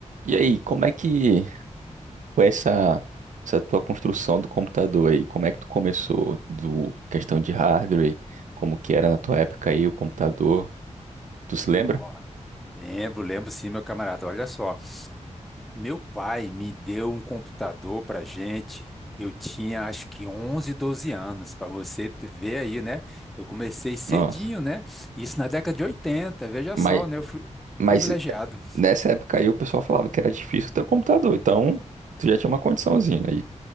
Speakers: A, on the right; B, in the centre.
A: E aí, como é que foi essa, essa tua construção do computador aí? Como é que tu começou do questão de hardware? Como que era na tua época aí o computador? Tu se lembra?
B: Ó, Lembro, lembro sim, meu camarada. Olha só, meu pai me deu um computador pra gente. Eu tinha acho que 11, 12 anos, para você te- ver aí, né? Eu comecei cedinho,
A: Nossa.
B: né? Isso na década de 80. veja
A: Mas,
B: só, né? Eu fui
A: mas
B: privilegiado.
A: eh, nessa época aí o pessoal falava que era difícil ter um computador, então tu já tinha uma condiçãozinha aí.